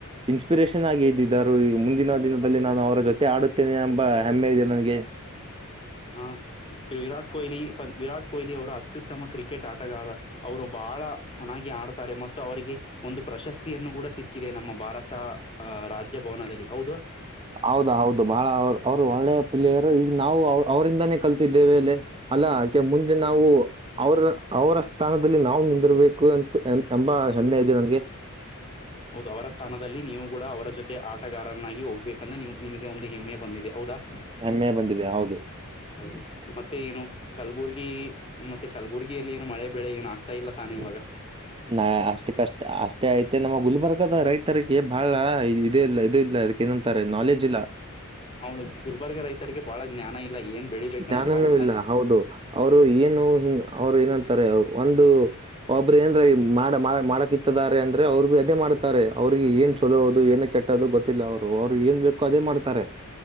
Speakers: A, on the right; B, on the left.
A: ಇನ್ಸ್ಪಿರೇಷನ್ ಆಗಿ ಇದ್ದಿದ್ದರು ಈ ಮುಂದಿನ ದಿನದಲ್ಲಿ ನಾನು ಅವರ ಜೊತೆ ಆಡುತ್ತೇನೆ ಎಂಬ ಹೆಮ್ಮೆ ಇದೆ ನನಗೆ.
B: ಹ ವಿರಾಟ್ ಕೊಹ್ಲಿ ವಿರಾಟ್ ಕೊಹ್ಲಿ ಅವರ ಅತ್ಯುತ್ತಮ ಕ್ರಿಕೆಟ್ ಆಟಗಾರ. ಅವರು ಬಹಳ ಚೆನ್ನಾಗಿ ಆಡ್ತಾರೆ ಮತ್ತು ಅವರಿಗೆ ಒಂದು ಪ್ರಶಸ್ತಿಯನ್ನು ಕೂಡ ಸಿಕ್ಕಿದೆ ನಮ್ಮ ಭಾರತ. ಆ ರಾಜಭವನದಲ್ಲಿ ಹೌದು.
A: ಹೌದ ಹೌದು ಬಾಳ ಅವ್ರು ಅವ್ರು ಒಳ್ಳೆ ಪ್ಲೇಯರು ಈಗ ನಾವು ಅವ್ರಿಂದಾನೇ ಕಲ್ತಿದ್ದೇವೆ ಅಲೆ. ಅಲ್ಲ ಅಕೆ ಮುಂದೆ ನಾವು. ಅವರ ಅವರ ಸ್ಥಾನದಲ್ಲಿ ನಾವು ನಿಂತಿರ್ಬೇಕು ಎಂತ ಎಂಬ ಹೆಮ್ಮೆ ಇದೆ ನನ್ಗೆ.
B: ಹೌದು ಅವರ ಸ್ಥಾನದಲ್ಲಿ ನೀವು ಕೂಡ ಅವರ ಜೊತೆ ಆಟಗಾರನ್ನಾಗಿ ಹೋಗ್ಬೇಕಂದ ನಿಮ ನಿಮಗೆ ಒಂದು ಹೆಮ್ಮೆ ಬಂದಿದೆ ಹೌದಾ.
A: ಹೆಮ್ಮೆ ಬಂದಿದೆ ಹೌದು.
B: ಹೌದು ಮತ್ತೆ ಏನು. ಕಲಬುರ್ಗಿ ಮತ್ತೆ ಕಲಬುರ್ಗಿಯಲ್ಲಿ ಏನು ಮಳೆ ಬೆಳೆ ಏನು ಆಗ್ತಾ ಇಲ್ಲ ತಾನೇ ಇವಾಗ.
A: ನಾ ಅಷ್ಟುಕಷ್ಟ ಅಷ್ಟೇ ಐತೆ ನಮ್ಮ ಗುಲ್ಬರ್ಗದ ರೈತರಿಗೆ ಬಾಳ ಇದು ಇಲ್ಲ ಇದು ಇಲ್ಲ. ಏನಂತಾರೆ ನಾಲೆಜ್ ಇಲ್ಲ.
B: ಅವೌನ ಗುಲ್ಬರ್ಗ ರೈತರಿಗೆ ಬಹಳ ಜ್ಞಾನ ಇಲ್ಲ ಏನ್. ಬೆಳಿಬೇಕ
A: ಜ್ಞಾನನೂ
B: ಅನ್ನೋದು ಹೌದ
A: ಇಲ್ಲ ಹೌದು ಅವರು ಏನು ಹಿಂಗ ಅವ್ರು ಏನಂತಾರೆ ಒಂದು. ಒಬ್ಬ್ರ ಏನ್ರ ಮಾಡ ಮಾಡಕ್ ಇತ್ತಾರೆ ಅಂದ್ರೆ ಅವ್ರು ಅದೇ ಮಾಡುತ್ತಾರೆ ಅವ್ರಿಗೆ ಏನ್ ಚಲೋದು ಏನ್ ಕೆಟ್ಟ. ದು ಗೊತ್ತಿಲ್ಲ ಅವ್ರು ಅವ್ರು ಏನ್ ಬೇಕೋ ಅದೇ ಮಾಡ್ತಾರೆ.